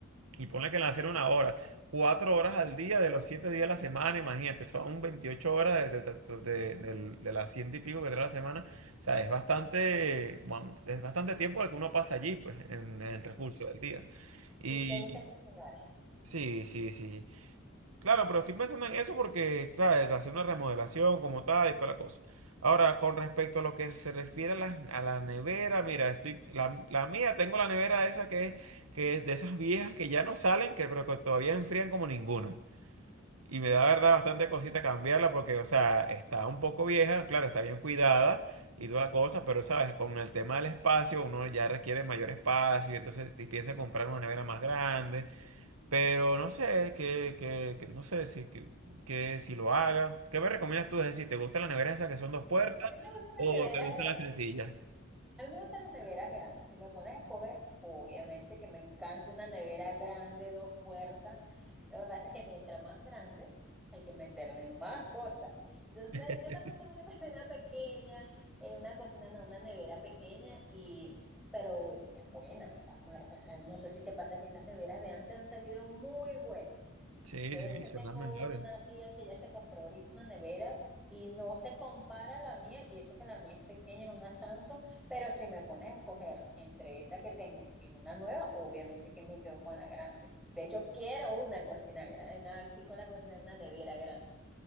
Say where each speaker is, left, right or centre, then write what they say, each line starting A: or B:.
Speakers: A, on the right; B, in the centre.
A: Y ponle que le hacer una hora, cuatro horas al día de los siete días de la semana, imagínate, son 28 horas de, de, de- de- del- de las ciento y pico que trae la semana. O sea, es bastante, bueno, es bastante tiempo el que uno pasa allí, pues, en, en el transcurso
B: ah,
A: del día. Y
B: ¿Y te gusta cocinar?
A: sí, sí, sí. Claro, pero estoy pensando en eso porque, claro, hacer una remodelación como tal y toda la cosa. Ahora, con respecto a lo que se refiere a la, a la nevera, mira, estoy- la, la mía, tengo la nevera esa que es, que es de esas viejas que ya no salen, que, pero que todavía enfrían como ninguna. Y me da, verdad, bastante cosita cambiarla porque, o sea, está un poco vieja, claro, está bien cuidada y toda la cosa, pero, sabes, con el tema del espacio, uno ya requiere mayor espacio, entonces te piensa en comprar una nevera más grande. Pero no sé, que, que, que- no sé si, que, que si lo haga. ¿Qué me recomiendas tú? Es decir, ¿te gustan las neveras esas que son dos puertas
B: A mí me gustan
A: o
B: las neveras
A: te gustan las sencillas?
B: A mí me gustan las neveras grandes. Si me pones a escoger, obviamente que me encanta una nevera grande, dos puertas. Lo que pasa es que mientras más grande, hay que meterle más cosas. Entonces,
A: <laughs>
B: yo también tengo una <laughs> cocina pequeña, eh, una cocina, no, una nevera pequeña, y, pero es buena esas marcas. esas- no sé si te pasa que esas neveras de antes han salido muy buenas.
A: Sí,
B: De
A: sí,
B: hecho,
A: son
B: tengo
A: las mejores.
B: una tía que ya se compró ahorita una nevera y no se compara a la mía, y eso que la mía es pequeña, es una Samsung, pero si me pones a escoger entre esta que tengo y una nueva, obviamente que me quedo con la grande. De hecho, quiero una cocina grande, una, aquí con la cocina, una nevera grande.